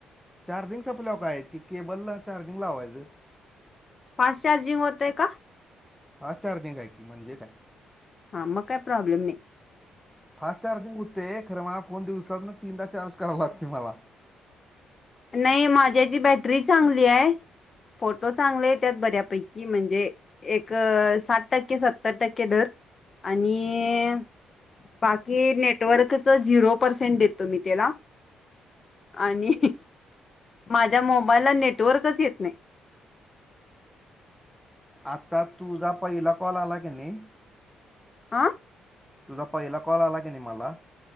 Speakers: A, in the centre; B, on the left.
A: चार्जिंग संपलाव काय की केबल ला चार्जिंग लावायचं.
B: फास्ट चार्जिंग होतं का.
A: हा चार्जिंग आहे की म्हणजे काय.
B: हां मग काही प्रॉब्लेम नाही.
A: फास्ट चार्जिंग होतय खरं म फोन दिवसात ना तीनदा चार्झंग कराला लागतो मला.
B: नाही माझ्याची बॅटरी चांगली आहे. फोटो चांगले त्यात बऱ्यापैकी म्हणजे. एक साठ टक्के सत्तर टक्के धर आणि. बाकी नेटवर्कच झिरो पर्सेंट देतो मी तेला. आणि माझ्या मोबाईलला नेटवर्कच येत नाही.
A: आत्ता तुझा पहिला कॉल आला की नाही.
B: आं.
A: तुझा पहिला कॉल आला कणी मला.